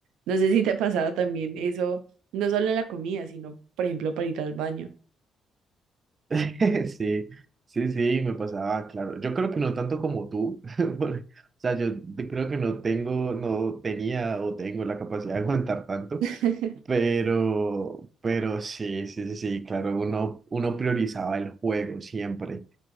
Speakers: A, on the right; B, on the right.
A: no sé si te pasaba también eso no solo en la comida, sino, por ejemplo, para ir al baño.
B: <laughs> Sí, sí, sí, me pasaba, claro, yo creo que no tanto como tú, <laughs> porque, o sea, yo de- creo que no tengo, no tenía o tengo la capacidad de aguantar tanto,
A: <laughs>
B: pero, pero sí, sí, sí, sí, claro, uno, uno priorizaba el juego siempre.